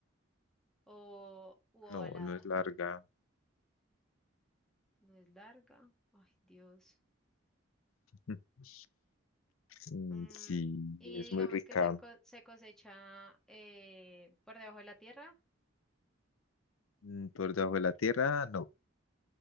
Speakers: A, in the centre; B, on the left.
A: o u ovalada.
B: No, no es larga.
A: No es larga. Ay, Dios.
B: <laughs> Mm,
A: Mm,
B: Sí,
A: y
B: es
A: digamos
B: muy rica.
A: que se, co- se cosecha eh, por debajo de la tierra.
B: Mm, Por debajo de la tierra, no.